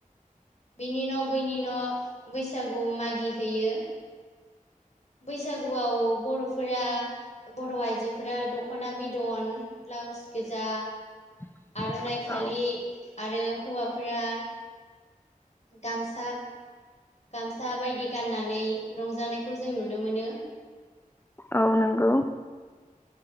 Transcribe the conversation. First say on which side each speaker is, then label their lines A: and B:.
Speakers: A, on the left (about 50°); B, on the left (about 15°).
A: बिनि न' बैनि न' बैसागु मागि हैैयो। बैसागुआव बर'फोरा बर' आइजोफोरा दख'ना बिदन ब्लाउस गोजा
B: <inaudible>
A: आर'नाइ फालि
B: औ
A: आरो हौवाफोरा गामसाा गामसा बायदि गाननानै रंजानायखौ जों नुनो मोनो
B: औ नंगौ।